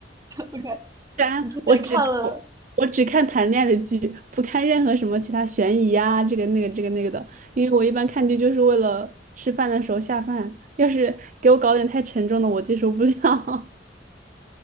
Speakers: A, on the right (about 20°); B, on the right (about 45°).
A: ，OK，
B: 三，
A: 你之前看了，
B: 我只我我只看谈恋爱的剧，不看任何什么其他悬疑啊，这个那个这个那个的，因为我一般看剧就是为了吃饭的时候下饭，要是给我搞点太沉重的，我接受不了。<laughs>